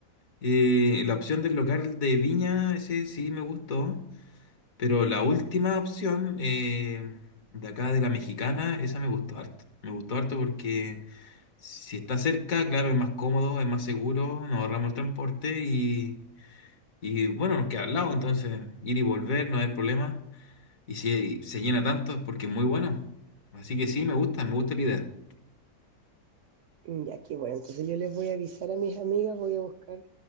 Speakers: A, on the left; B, on the right.
A: Eh, la opción del local de Viña, ese sí me gustó, pero la última opción eh, de acá de la Mexicana, esa me gustó harto. Me gustó harto porque... Si está cerca, claro, es más cómodo, es más seguro, nos ahorramos el transporte y, y, bueno, nos queda al lado, entonces ir y volver no hay problema. Y si se llena tanto es porque es muy bueno. Así que sí, me gusta, me gusta la idea.
B: Mm, Ya, qué bueno. Entonces yo les voy a avisar a mis amigas, voy a buscar